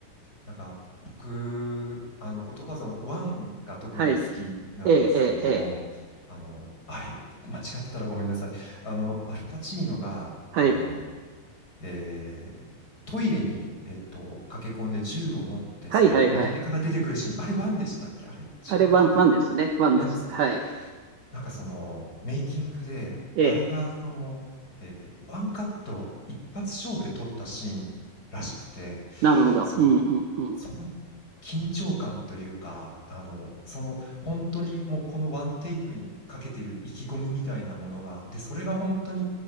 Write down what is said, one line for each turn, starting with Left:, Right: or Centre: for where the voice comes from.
Left: なんか、僕、あの、ゴッドファザーの1が特に好きなんですけれども、
Right: はい。ええ、ええ、ええ。
Left: あの、あれ、間違ってたらごめんなさい。あの、アルパチーノが、
Right: はい。
Left: あの、えートイレに、えっと、駆け込んで銃を持って、
Right: はい、
Left: そのお店から出てくるシーン、
Right: はい、はい。
Left: あれワンでしたっけあれ違ったかな
Right: あれ、ワン、ワンですね。ワンです。
Left: ワンですかね
Right: はい。
Left: なんかそのメイキングで、
Right: ええ。
Left: あれがその、えーワンカット一発勝負で撮ったシーンらしくて、
Right: なるほど。
Left: その、
Right: うん、うん、うん。
Left: その緊張感というか、あの、その本当にもうこのワンテイクにかけてる意気込みみたいなものが、で、それが本当に